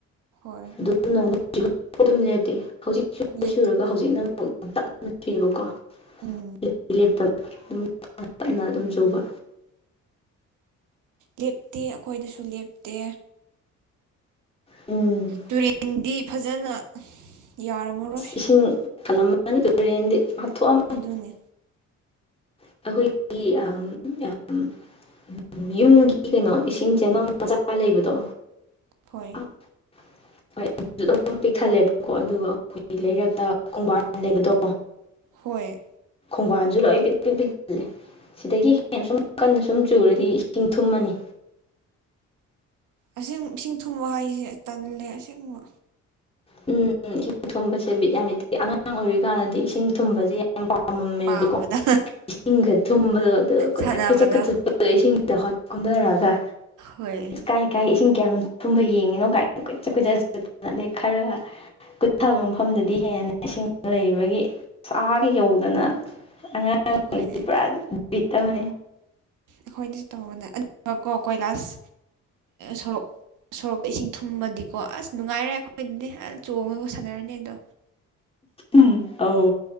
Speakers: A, on the right; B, on the left.
A: ꯍꯣꯏ
B: ꯑꯗꯨ ꯅꯝ ꯅꯠꯇꯦ ꯍꯧꯖꯤꯛ
A: ꯂꯦꯞꯇꯕꯅꯦ
B: ꯁꯨꯔꯒ ꯍꯧꯖꯤꯛꯅ ꯑꯃ ꯌꯥꯝ ꯇꯛꯅꯕꯀꯣ
A: ꯎꯝ
B: ꯁꯨꯡꯂꯦꯞ ꯂꯦꯞꯇꯕꯪꯪ ꯇꯝꯅ ꯑꯗꯨꯝ ꯆꯨꯕ
A: ꯂꯦꯞꯇꯦ ꯑꯩꯈꯣꯏꯗꯁꯨ ꯂꯦꯞꯇꯦ
B: ꯎꯝ
A: ꯇꯨꯔꯦꯟꯗꯤ ꯐꯖꯅ ꯌꯥꯔꯝꯃꯔꯣꯏ
B: ꯏꯁꯤꯡ ꯀꯜꯂꯝꯃꯅꯤ ꯇꯨꯔꯦꯟꯗꯤ ꯍꯥꯞꯊꯣꯛꯑꯝꯃꯅꯤ
A: ꯑꯗꯨꯅꯤ
B: ꯑꯩꯈꯣꯏꯒꯤ ꯌꯨꯝꯒꯤ ꯀꯩꯅꯣ ꯏꯁꯤꯡ ꯆꯦꯅꯝ ꯃꯆꯥ ꯂꯩꯕꯗꯣ
A: ꯍꯣꯏ
B: <inaudible> <inaudible> ꯍꯣꯏ ꯑꯗꯨꯁꯨ ꯑꯗꯨꯝ ꯄꯤꯛꯊꯜꯂꯦꯕꯀꯣ ꯑꯗꯨꯒ ꯑꯩꯈꯣꯏꯒꯤ ꯂꯩꯔꯛꯇ ꯈꯣꯡꯕꯥꯟ ꯂꯩꯕꯗꯣ
A: ꯍꯣꯏ
B: ꯈꯣꯡꯕꯥꯟꯁꯨ ꯂꯣꯏ ꯄꯤꯛ ꯄꯤꯛꯂꯦ ꯁꯤꯗꯒꯤ ꯍꯦꯟꯅ ꯁꯨꯝ ꯀꯟꯅ ꯁꯨꯝ ꯆꯨꯔꯗꯤ ꯏꯁꯤꯡ ꯊꯨꯝꯃꯅꯤ
A: ꯑꯁꯦꯡꯕ ꯏꯁꯤꯡ ꯊꯨꯝꯕ ꯍꯥꯏꯁꯦ ꯇꯜꯂꯦ ꯑꯁꯦꯡꯕ
B: ꯎꯝ ꯎꯝ ꯏꯁꯤꯡ ꯊꯨꯝꯕꯁꯦ ꯕꯤꯠ ꯌꯥꯝ ꯂꯩꯇꯦ ꯑꯉꯥꯡ ꯑꯣꯏꯔꯤꯀꯥꯟꯗꯗꯤ ꯏꯁꯤꯡ ꯊꯨꯝꯕꯁꯦ ꯌꯥꯝ ꯌꯥꯝ ꯄꯥꯝꯃꯝꯃꯦꯕꯀꯣ
A: ꯄꯥꯝꯕꯗ
B: ꯆꯤꯡꯒ ꯊꯨꯝꯕꯗꯣ ꯑꯗ ꯀꯣꯏꯆꯠ
A: ꯁꯥꯟꯅꯕꯗꯣ
B: ꯀꯣꯏꯆꯠꯀ ꯆꯠꯄ ꯑꯗ ꯏꯁꯤꯡꯁꯤꯗ ꯍ ꯀꯨꯟꯊꯔꯛꯑꯒ
A: ꯍꯣꯏ
B: ꯏꯀꯥꯏ ꯀꯥꯏ ꯏꯁꯤꯡ ꯀꯌꯥ ꯊꯨꯝꯕ ꯌꯦꯡꯉꯤꯅꯣ ꯀꯥꯏ ꯀꯨꯏꯆ ꯀꯨꯏꯆꯠ ꯑꯗꯩ ꯈꯔ ꯀꯨꯠꯊꯕ ꯃꯐꯝꯗꯗꯤ ꯍꯦꯟꯅ ꯏꯁꯤꯡ ꯂꯩꯕꯒꯤ ꯁꯥꯥꯒ ꯌꯧꯗꯅ ꯑꯉꯥꯡ
A: ꯍꯣꯏꯅꯦ
B: ꯄꯨꯔꯥ ꯕꯤꯠ ꯑꯃꯅꯤ
A: ꯑꯩꯈꯣꯏꯅꯁꯨ ꯇꯧꯕꯅꯦ ꯀꯣ ꯀꯣꯏ ꯂꯥꯁ ꯁꯣꯔꯣꯛ ꯁꯣꯔꯣꯛꯄ ꯏꯁꯤꯡ ꯊꯨꯝꯃꯗꯤꯀꯣ ꯑꯁ ꯅꯨꯡꯉꯥꯏꯔꯦ ꯑꯩꯈꯣꯏꯗꯗꯤ ꯑ ꯆꯣꯡꯉꯒ ꯁꯥꯟꯅꯔꯅꯤ ꯑꯗꯣ
B: ꯎ ꯑꯧ